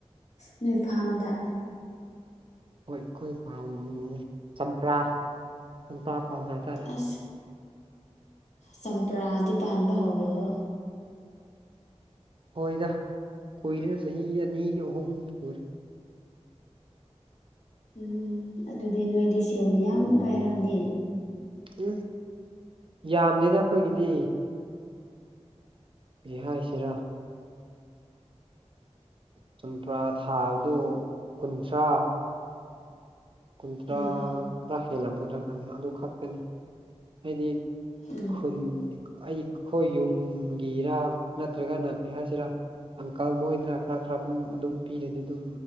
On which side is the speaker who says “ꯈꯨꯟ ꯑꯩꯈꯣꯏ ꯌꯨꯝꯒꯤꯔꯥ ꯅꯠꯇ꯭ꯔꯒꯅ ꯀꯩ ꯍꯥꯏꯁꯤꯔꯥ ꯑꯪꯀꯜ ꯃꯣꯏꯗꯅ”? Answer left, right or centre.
Right